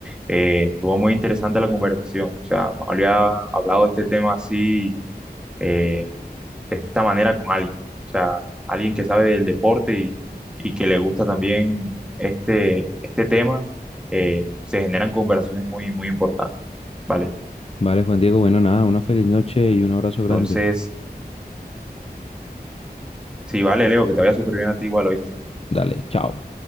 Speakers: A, in the centre; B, on the left.
A: Eh, estuvo muy interesante la conversación. O sea, no había hablado de este tema así, eh, de esta manera con alguien. O sea, alguien que sabe del deporte y, y que le gusta también este, este tema, eh, se generan conversaciones muy, muy importantes. Vale,
B: Vale, Juan Diego, bueno, nada, una feliz noche y un abrazo grande.
A: entonces, sí, vale, Leo, que te vaya súper bien a ti igual, ¿oíste?
B: Dale, chao.